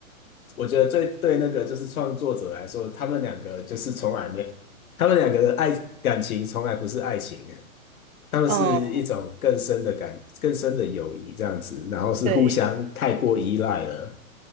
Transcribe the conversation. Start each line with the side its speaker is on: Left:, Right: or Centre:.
Left: 我觉得最对那个就是创作者来说，他们两个就是从来没，他们两个的爱感情从来不是爱情欸，他们是一种更深的感、
Right: 嗯嗯，
Left: 更深的友谊这样子，然后是互相太过依赖了，
Right: 对